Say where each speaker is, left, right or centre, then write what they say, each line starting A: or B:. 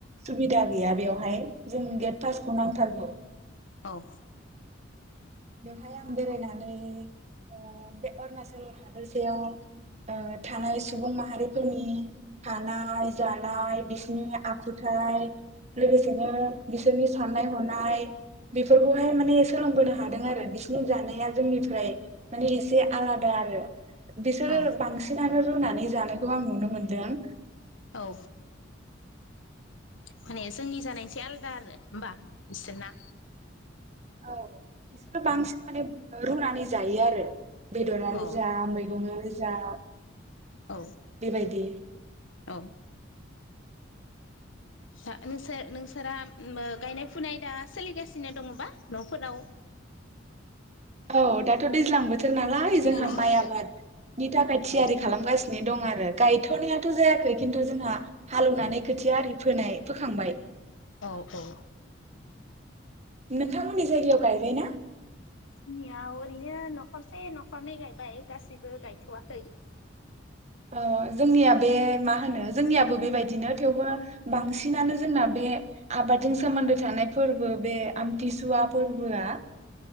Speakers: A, on the right; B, on the left.
A: सुबिदा गैया बेवहाय जों गेट फासखौ नांथारगौ।
B: औ
A: बेवहाय आं बेरायनानै ओ बे अरुणचल हादोरसायाव थानाय सुबुं माहारिफोरनि थानाय जानाय बिसिनि आखु थाय लोगोसेनो बिसोरनि साननाय हनाय बेफोरखौहाय माने सोलोंबोनो हादों आरो बिसिनि जानाया जोंनिफ्राय माने एसे आलादा आरो। बिसोर
B: औ
A: बांसिनानो रुना नै जानायखौ आं नुनो मोनदों।
B: औ माने जोंनि जानायनिसाय आलदा आरो होमबा बिसोरना
A: औ बिसोर बांसिन माने रुनानै जायो आरो। बेदरानो
B: औ
A: जा मैगंआनो जा
B: औ
A: बेबायदि
B: औ दा नोंसर-नोंसोरा अम गायनाय फुनाय दा सोलिगासिनो दङबा नफोराव।
A: औ दाथ दैज्लां बो थोर नालाय जोंहा
B: दैज्लां बोथोर
A: माइ आबादनि थाखाय थियारि
B: औ
A: खालामगासिनो दं आ रो गायथनायाथ जायाखै खिन्थु जोंहा हालौवनानै खोथिया आरि फोनाय फोखांबाय।
B: औ औ
A: नोंथांमोननि जायगायाव गायबाय ना
B: जोंनियाव ओरैनो नखरसे नखरनै गायबाय गासैबो गायथवाखै।
A: अ जोंनिया बे मा होनो जोंनियाबो बेबायदिनो थेवबो बांसिनानो जोंना बे आबादजों सोमोन्दो थानाय फोरबो बे आमथि सुवा फोरबोआ